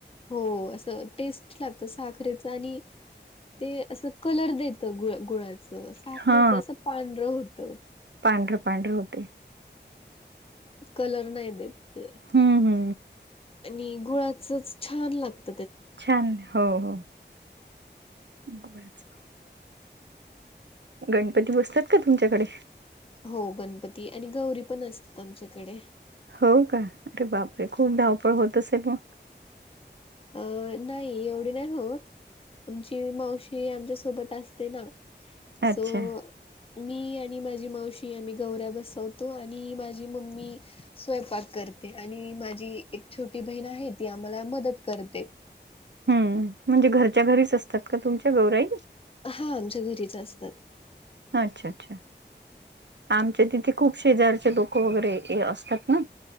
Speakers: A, on the left; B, on the right.
A: हो असं टेस्ट लागत साखरेच आणि ते असं कलर देत गूळ गूळा साखरेच
B: हा
A: असं पांढरं होत.
B: पांढरं पांढरं होते
A: कलर नाही देत.
B: हम हम
A: आणि गुळाचच छान लागत.
B: छान हो हो. गुळाच. गणपती बसतात का तुमच्याकडे?
A: हो गणपती आणि गौरी पण असतात आमच्याकडे.
B: हो का अरे बापरे खूप धावपळ होत असेल मग.
A: अं नाही एवढी नाही होत. आमची मावशी आमच्या सोबत असते ना
B: अच्छा.
A: सो मी आणि माझी मावशी आम्ही गौर्या बसवतो आणि माझी मम्मी स्वयंपाक करते आणि माझी एक छोटी बहीण आहे ती आम्हाला मदत करते.
B: हम् म्हणजे घरच्या घरीच असतात का तुमच्या गौराई?
A: हा आमच्या घरीच असतात.
B: अच्छा अच्छा आमच्या तिथे खूप शेजारचे लोक वगैरे हे असतात ना.